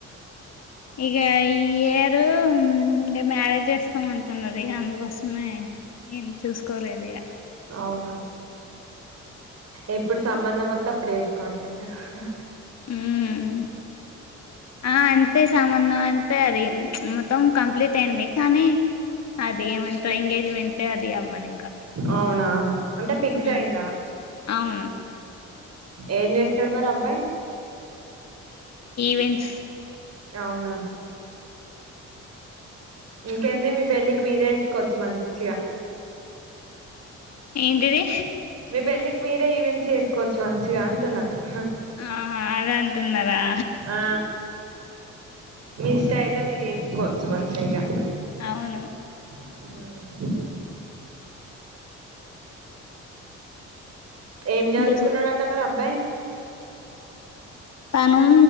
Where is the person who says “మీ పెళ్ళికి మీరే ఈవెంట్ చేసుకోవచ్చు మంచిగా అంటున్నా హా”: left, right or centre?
Right